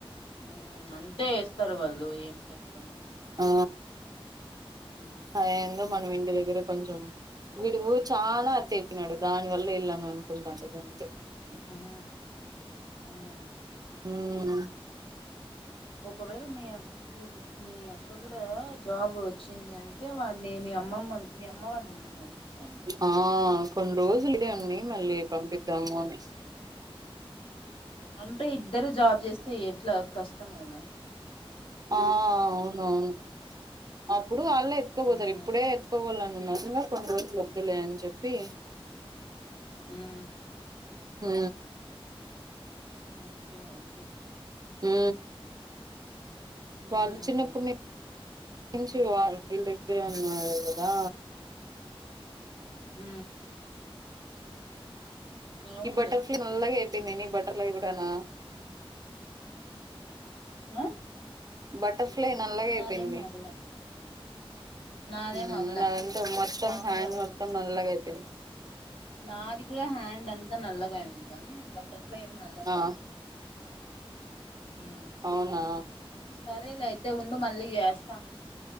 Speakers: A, on the left; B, on the right.
A: మ్ అంటే వేస్తారు వాళ్ళు ఏం చేస్తారు
B: ఆ
A: ఉమ్
B: అ మనం ఇంటి దగర కొంచెం వీడు చాలా అతి తడు దాని వల్ల వెళ్ళాను అనుకుంటాట అంతె
A: ఊ
B: ఊ
A: ఒకవేళ మీ <unintelligible> క్క కూడా జాబ్ వచ్చింది అంటే వాడిని మీ అమ్మమ్మ మీ అమ్మ వాళ్ళ ఇంటికి పంపిచ్చేయండి ఇంకా
B: ఆ కొన్ని రోజులు ఈడే ఉండి మళ్ళీ పంపిద్దాము అని
A: అంటే ఇద్దరూ జాబ్ చేస్తే ఎట్లా కష్టం కదా
B: ఆ అవును అవును అ ప్పుడు వాళ్ళే ఎత్తుకోపోతారు
A: ఉమ్
B: ఇప్పుడే ఎత్త్కో పోవాలన్ <inaudible> కొన్ని రోజులు వద్దులే అని చెప్పి
A: ఉమ్
B: ఊ
A: ఓకే ఓకే
B: ఊ
A: ఉమ్
B: వాళ్ళు చిన్నప్పుడు ని నుంచి వళు వీళ్ళ దగ్గరే ఉన్నారు కదా
A: ఊ అవునులే
B: ఈ బటర్ఫ్లై నల్గగై లే మినీ బట్టర్ఫ్లై కూడా నా
A: ఆ
B: బట్టర్ అట్లే నల్లాగ అయిపోయింది
A: నాదేం అవ్వలే నాదేం
B: మ్
A: అవ్వలే
B: నాదంటే మొత్తం
A: మామూలుగానే
B: హ్యాండ్ మొత్తం
A: ఉంది
B: నల్లగా అయిపోయింది
A: నాది కూడా హ్యాండ్ అంతా నల్లగా అయింది కానీ బటర్ఫ్లై ఏమి నల్లగా
B: ఆ
A: కాలే మ్
B: అవునా
A: సరేలే అయితే ఉండు మళ్ళీ చేస్తా